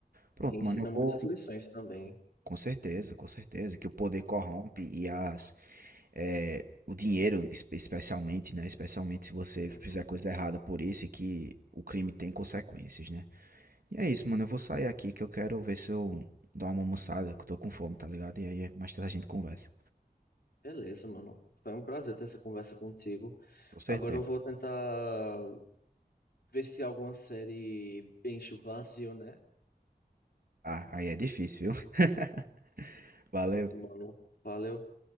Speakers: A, on the right (about 60°); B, on the left (about 70°).
A: Pronto,
B: E ensina
A: mano, eu
B: muitas
A: vou,
B: lições também.
A: com certeza, com certeza, que o poder corrompe e as, é, o dinheiro, espe- especialmente, né? Especialmente se você
B: Uhum.
A: fizer coisa errada por isso e que o crime tem consequências, né? E é isso, mano, eu vou sair aqui que eu quero ver se eu dou uma almoçada, que eu tô com fome, tá ligado? E aí mais tarde a gente conversa.
B: Beleza, mano. Foi um prazer ter essa conversa contigo.
A: Com
B: Agora
A: certeza.
B: eu vou tentar ver se alguma série enche o vazio, né?
A: Ah, aí é difícil, viu? <laughs> Valeu.
B: Pronto, mano. Valeu.